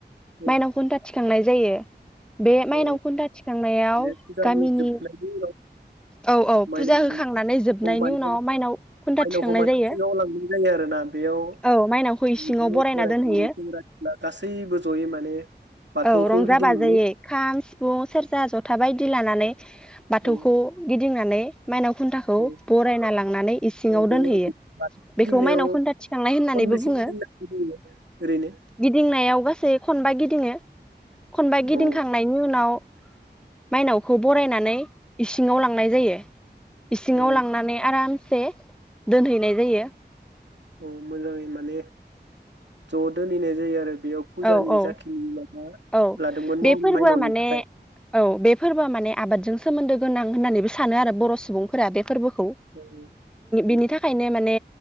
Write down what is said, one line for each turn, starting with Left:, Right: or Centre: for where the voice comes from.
Right: आरोना
Centre: माइनाव खुन्था थिखांनाय जायो। बे माइनाव
Right: औ
Centre: खुनथा थिखांनायाव
Right: माने फुजानि
Centre: गामिनि
Right: जोबनायनि उनाव
Centre: औ औ
Right: माइनावखौ
Centre: फुजा होखांनानै जोबनायनि
Right: माने
Centre: उनाव माइनाव खुन्था
Right: माइनावखौ
Centre: थिखांनाय
Right: माने
Centre: जायो।
Right: सिङाव लांनाय जायो आरो ना? बेयाव
Centre: औ माइनावखौ इसिङाव
Right: बिदिनो
Centre: बरायना
Right: बोराय
Centre: दोनहैयो
Right: बुरै सेंग्रा सिख्ला गासैबो जयै माने बाथौखौ
Centre: औ रंजा
Right: गिदिंनानै
Centre: बाजायै खाम सिफुं सेरजा जथा बायदि लानानै। बाथौखौ
Right: औ
Centre: गिदिंनानै माइनाव खुन्थाखौ
Right: औ
Centre: बरायना लांनानै इसिङाव
Right: औ बे
Centre: दोनहैयो
Right: बाथौ
Centre: बेखौ
Right: गिदिंनायाव
Centre: माइनाव खुन्था थिखांनाय होननानै
Right: खनबेसे
Centre: बुङो
Right: गिदिंनांगौ जायो ओरैनो
Centre: गिदिंनायाव गासै खनबा गिदिङो खनबा
Right: औ
Centre: गिदिंखांनायनि उनाव माइनावखौ बरायनानै इसिं इसिङाव लांनाय जायो इसिङाव
Right: औ
Centre: लांनानै आराम से दोनहैनाय जायो।
Right: औ मोजाङै माने ज' दोनहैनाय जायो आरो। बेयाव फुजानि
Centre: औ औ
Right: जाखिनि माबा
Centre: औ
Right: लादोंमोन
Centre: बे
Right: माव
Centre: फोरबोआ
Right: माइनावनि
Centre: माने
Right: थाखाय
Centre: औ बे फोरबोआ माने आबादजों सोमोन्दो गोनां होननानैबो सानो आरो बर' सुबुंफोरा बेफोरबो खौ
Right: औ औ
Centre: बिनि थाखायनो माने